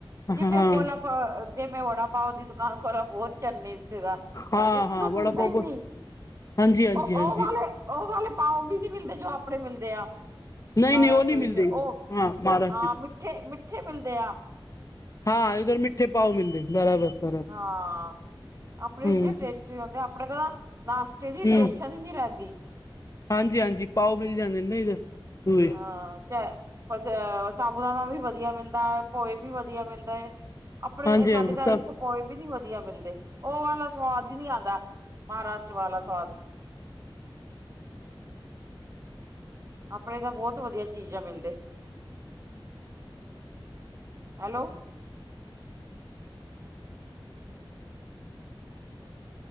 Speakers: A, on the right; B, on the left.
A: ਜਿਵੇਂ
B: ਹਾਂ
A: ਖੋਲਾ ਆਪਾਂ ਜੇ ਮੈਂ ਵੜਾ ਪਾਓ ਦੀ ਦੁਕਾਨ ਖੋਲਾ, ਬਹੁਤ ਚਲਨੀ ਥ ਦਾ
B: ਹਾਂ
A: ਇੱਥੇ
B: ਹਾਂ
A: ਤਾਂ ਮਿਲਦਾ
B: ਬੜਾ ਪਾਓ
A: ਹੀ ਨਹੀਂ,
B: ਹਾਂਜੀ ਹਾਂਜੀ
A: ਉਹ
B: ਹਾਂਜੀ
A: ਉਹ ਵਾਲੇ ਉਹ ਵਾਲੇ ਪਾਓ ਵੀ ਨੀ ਮਿਲਦੇ, ਜੋ ਆਪਣੇ ਮਿਲਦੇ ਆ
B: ਨਹੀਂ
A: ਮਹਾਰਾਸ਼ਟਰ
B: ਨਹੀਂ ਉਹ ਨਹੀਂ ਮਿਲਦੇ
A: ਵਿੱਚ ਉਹ,
B: ਇਧਰ ਹਾਂ ਮਹਾਰਾਸ਼ਟਰ
A: ਹਾਂ ਮਿੱਠੇ ਮਿੱਠੇ ਮਿਲਦੇ ਆ
B: ਹਾਂ ਇਧਰ ਮਿੱਠੇ ਪਾਓ ਮਿਲਦੇ, ਬਰਾਬਰ ਬਰਾਬਰ
A: ਹਾਂ ਆਪਣੇ
B: ਹੂੰ
A: ਇਨੇ ਟੇਸਟ ਟੇਸਟੀ ਹੁਂਦੇ, ਆਪਣੇ ਤਾਂ ਨਾਸ਼ਤੇ ਦੀ
B: ਹੂੰ
A: ਟੇਨਸ਼ਨ ਹੀ ਨੀ ਰਹਿੰਦੀ।
B: ਹਾਂਜੀ ਹਾਂਜੀ ਪਾਓ ਮਿਲ ਜਾਂਦੇ ਨਾ ਇਧਰ ਪੂਰੇ
A: ਹਾਂ ਸਾਬੂ ਦਾਣਾ ਵੀ ਵਧੀਆ ਮਿਲਦਾ ਪੋਏ ਵੀ ਵਧੀਆ ਮਿਲਦੇ, ਆਪਣੇ
B: ਹਾਂਜੀ
A: ਤਾਂ ਸਾਡੇ
B: ਹਾਂਜੀ
A: ਤਾਂ
B: ਸਭ
A: ਇੱਕ ਪੋਹੇ ਵੀ ਨੀ ਵਧੀਆ ਮਿਲਦੇ, ਉਹ ਵਾਲਾ ਸਵਾਦ ਹੀ ਨਹੀ ਆਉਂਦਾ ਮਹਾਰਾਸ਼ਟਰ ਵਾਲਾ ਸਵਾਦ ਆਪਣੇ ਤਾਂ ਬਹੁਤ ਵਧੀਆ ਚੀਜ਼ਾਂ ਮਿਲਦੇ, ਹੈਲੋ